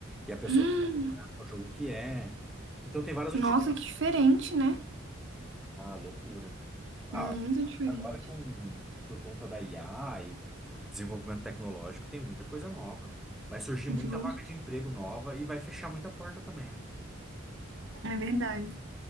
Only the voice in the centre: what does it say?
E a pessoa
tem que adivinhar qual jogo que é. Então tem várias utilidades.
Ah, loucura. Ah,
agora com, por conta da IA e desenvolvimento tecnológico, tem muita coisa nova. Vai surgir
muita vaga de emprego nova e vai fechar muita porta também, né?